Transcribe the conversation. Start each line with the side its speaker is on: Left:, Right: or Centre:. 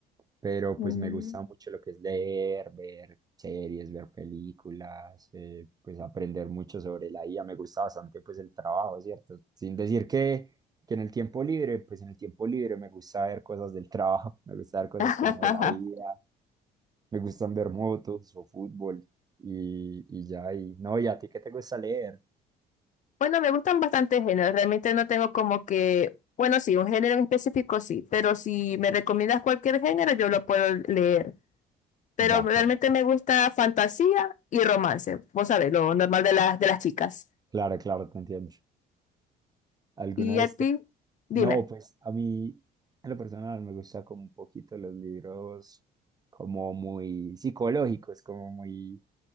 Right: Pero
Left: Mm.
Right: pues me gusta mucho lo que es leer, ver series, ver películas, eh, pues aprender mucho sobre la IA, me gusta bastante pues el trabajo, ¿cierto? Sin decir que, que en el tiempo libre, pues en el tiempo libre me gusta ver cosas del trabajo, <laughs> me gusta ver cosas
Left: <laughs>
Right: como de la IA, me gustan ver motos o fútbol y, y ya, y no, ¿y a ti qué te gusta leer?
Left: Bueno, me gustan bastantes géneros. Realmente no tengo como que, bueno, sí, un género en específico sí, pero si me recomiendas cualquier género, yo lo puedo leer. Pero
Right: Ya,
Left: realmente
Right: claro.
Left: me gusta fantasía y romance. Vos sabés, lo normal de las, de las chicas.
Right: Claro, claro, te entiendo. ¿Alguna
Left: ¿Y
Right: vez
Left: a ti?
Right: te-
Left: Dime.
Right: No, pues a mí, en lo personal, me gusta como un poquito los libros como muy psicológicos, como muy